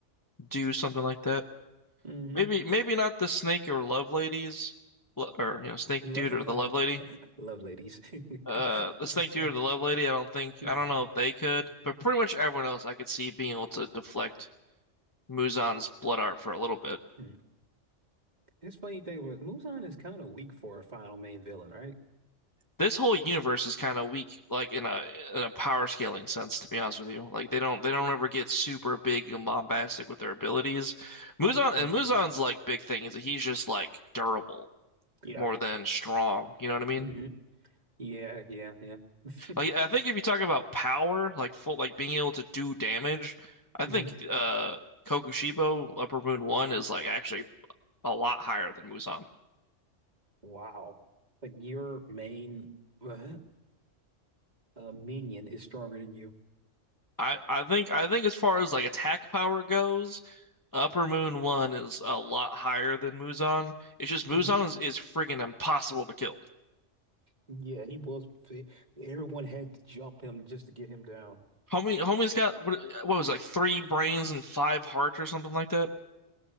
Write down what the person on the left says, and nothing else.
do something like that.
Maybe maybe not the snake or love ladies, lo- or you know, snake
dude
or the love lady.
Uh,
the snake
dude or the love lady. I don't think
I don't know if they could, but pretty much everyone else I could see being able to deflect Muzan's blood art for a little bit.
This whole universe is kind of weak, like in a in a power scaling sense, to be honest with you. Like they don't they don't ever get super big and bombastic with their abilities. Muzan
and Muzan's like big thing is that he's just like durable
more than strong. You know what I mean?
Like I think if you talk about power, like full, like being able to do damage, I
think uh Kokushibo Upper Moon One is like actually a lot higher than Muzan.
I I think I think as far as like attack power goes, Upper Moon One is a lot higher than Muzan. It's just
Muzan is, is freaking impossible to kill.
Homie, homie's got what, what was it, like three brains and five hearts or something like that.